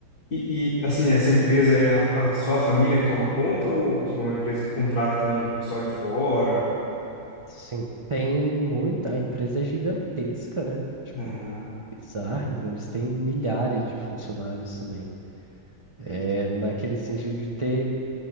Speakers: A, on the left; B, on the right.
A: E, e, assim, essa empresa é a, a- só a família que toma conta ou tipo é uma empresa que contrata também pessoal de fora?
B: Sim, tem muita, a empresa é gigantesca, né? Tipo,
A: Ah,
B: bizarra, então eles têm milhares de funcionários também. É naquele sentido de ter